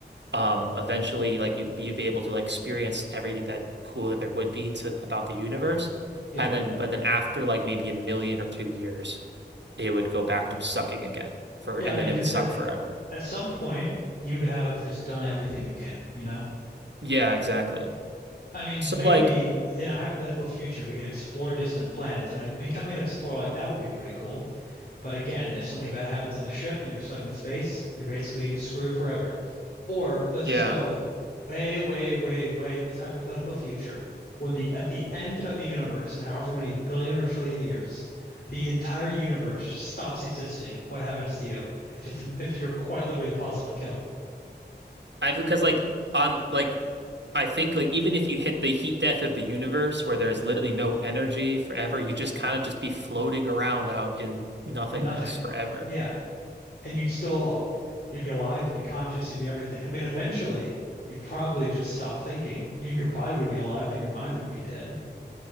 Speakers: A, on the right; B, on the left.
A: Um, eventually, like you you'd be able to like experience everything that cool that there would be to about the universe,
B: Yeah.
A: and then but then after like maybe a million or two years, it would go back to sucking again for,
B: Yeah,
A: and
B: I mean,
A: then it
B: 'cause
A: would suck
B: at,
A: forever.
B: at some point you would have just done everything you can, you know?
A: Yeah, exactly.
B: I mean,
A: So
B: maybe
A: like,
B: in a hypothetical future, we can explore distant planets, and I, becoming an explorer like that would be pretty cool. But again, if something bad happens on the ship and you're stuck in space, you're basically screwed forever. Or let's
A: yeah,
B: just go way, way, way, way in this hypothetical future, when the at the end of the universe, in however many billion or trillion years, the entire universe just stops existing. What happens to you if it's if you're quite literally impossible to kill
A: I because like on like I think like even if you hit the heat death of the universe where there's literally no energy forever, you just kind of just be floating around out in nothingness
B: and nothing?
A: forever.
B: Yeah. And you'd still, you'd be alive, you'd be conscious, you'd be everything. I mean, eventually, you'd probably just stop thinking. You, your body would be alive, but your mind would be dead